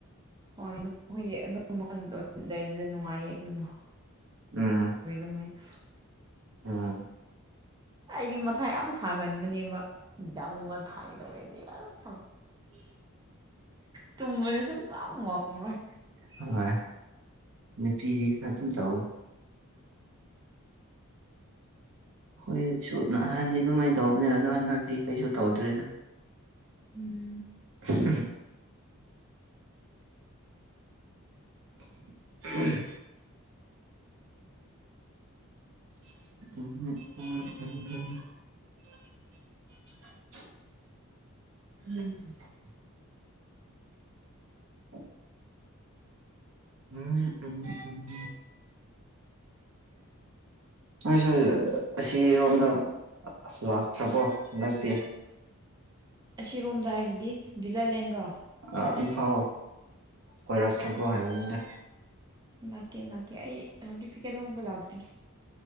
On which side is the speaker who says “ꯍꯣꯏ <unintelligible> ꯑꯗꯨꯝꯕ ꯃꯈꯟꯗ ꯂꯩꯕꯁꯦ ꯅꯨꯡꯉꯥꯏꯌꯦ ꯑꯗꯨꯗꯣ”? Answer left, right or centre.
Right